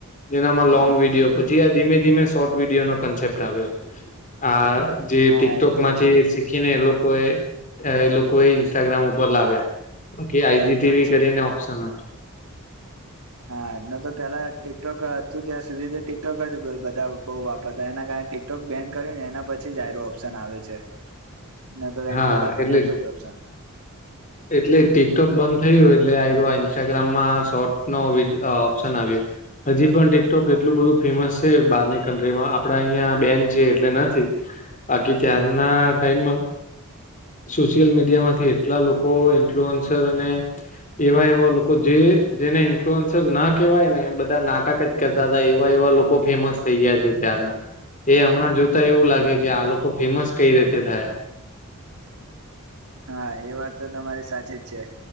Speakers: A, on the left (about 35°); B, on the right (about 85°).
A: જેનામાં લોંગ
B: હા
A: વિડીયો પછી આ ધીમે ધીમે શોર્ટ વીડિયોનો કન્સેપ્ટ આવ્યો. આ જે
B: હા
A: ટીકટોક
B: એ
A: માંથી
B: તો છે
A: શીખી ને એ લોકોએ એ લોકો એ ઇન્સ્ટાગ્રામ ઉપ પર
B: હા
A: લાવ્યા કે આઈ
B: હા
A: જી
B: એ
A: ટી
B: તો
A: વી કરીને
B: છે
A: ઓપ્શન હ
B: હા, ન તો પેલા ટીકટોક હતું ત્યાં સુધી તો ટીકટોક જ બધા બઉુ વાપરતા એના કારણે ટિક સ્ટોક બેન કર્યું ને એના પછી જાએરો ઓપ્શન આવે છે. ન તો
A: હા,
B: એન પેલા તો
A: એટલે
B: નતો જ ઓપ્શન
A: એટલે ટીકટોક બંધ થયું એટલે આ ઇન્સ્ટાગ્રામમાં શોર્ટ નો ઓપ્શન આવ્યો. હજી પણ ટીકટોક એટલું બધું ફેમસ છે બહારની કન્ટ્રીમાં આપડા અહિયાં બેન છે એટલે નથી. બાકી ત્યારના ટાઈમમાં સોશિયલ મીડિયામાંથી એટલા લોકો ઇન્ફલુઅન્સર અને. એવા એવા લોકો જે જેને ઇન્ફ્લુઅન્સર ના કેહેવાય ને બધા નાટક જ. કહેતા હતા એવા એવા લોકો ફેમસ થઈ ગયા છે ત્યારના એ હમણાં જોતા એવું લાગે કે આ લોકો ફેમસ કઈ રીતે થયા
B: હા એ વાત તો તમારી સાચી જ છે